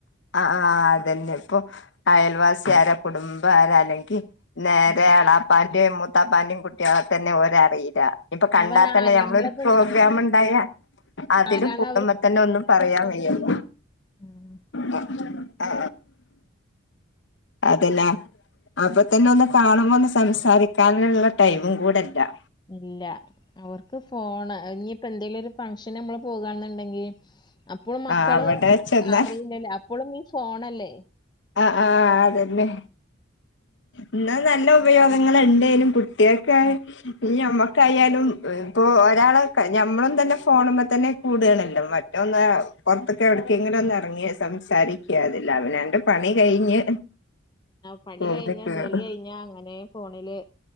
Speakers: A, on the left (about 60°); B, on the left (about 20°).
A: ആഹ് ആ അതന്നെ ഇപ്പൊ അയൽവാസി ആര കുടുംബ ആര അല്ലെങ്കി നേരെ
B: ആ.
A: എളാപ്പാന്റെയും മൂത്താപ്പാന്റെയും കുട്ട കുട്ട്യാ ളെ തന്നെ ര അറിയില്ല ഇപ്പൊ കണ്ടാൽ
B: അവരാ
A: തന്നെ ഞമ്മളൊരു
B: നമ്മളത്
A: പ്രോഗ്രാാം ഉണ്ടായാ അതില്
B: ആരാന്ന
A: കൂടുമ്പ തന്നെ ഒന്നും പറയാൻ വയ്യല്ലോ
B: ആഹ്
A: ആ ആ അതല്ലാ അപ്പൊ തന്നെ ഒന്ന് കാണുമ്പോ ഒന്ന് സംസാരിക്കാനുള്ള ടൈമും കൂടെല്ലാ
B: ഇല്ല അവർക്ക് ഫോൺ ഇനിപ്പോ എന്തെിലും ഒരു ഫങ്ഷന് നമ്മള് പോകെന്നുണ്ടെങ്കിൽ അപ്പോളും മക്കള്
A: ആ അവിടെ ചെന്നാൽ
B: അറിയില്ലല്ലേ അപ്പളും ഈ ഫോണല്ലേ
A: ആഹ് ആഹ് അതന്നെ എന്നാ നല്ല ഉപയോഗങ്ങൾ ഉണ്ടേലും കുട്ടികൾക്കമ്മ
B: ആ
A: കയാലും ഇപ്പോ ഒരാള് മ്മളും തന്നെ ഫോണുമ്മേ തന്നെ കൂടുണല്ലോ മറ്റന്ന് പുറത്തൊക്കെ എവിടക്ക ഇങ്ങടെ ഒന്ന് ഇറങ്ങിയ സംസാരിക്ക അതില്ല അവനാൻ്റെ പണി കഴിഞ്ഞ്
B: പണി
A: റൂമിൽ
B: കഴിഞ്ഞ
A: കേറും
B: ജോലി കഴിഞ്ഞാ അങ്ങനെ ഫോണില്